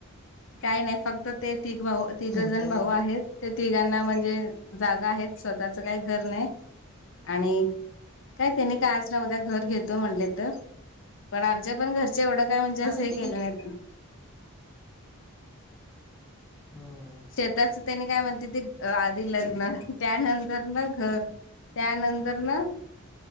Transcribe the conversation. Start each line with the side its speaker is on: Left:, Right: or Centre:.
Left: काय नाही फक्त ते तिघं भाऊ तिघजण
Centre: मग तुम्ही
Left: भाऊ आहेत. ते तिघांना म्हणजे जागा आहेत स्वतःच काही घर नाही. आणि काय त्यांनी का आज न उद्या घर घेतो म्हणले तं. पण आमच्या पण घरचे एवढं काय म्हणजे
Centre: हा
Left: असं
Centre: नाही
Left: हे
Centre: ते
Left: केले
Centre: की
Left: नाहीत.
Centre: हा.
Left: शेताचं त्यानी काय म्हणते ते आधी लग्न त्यानंतर ना घर. त्यानंतर ना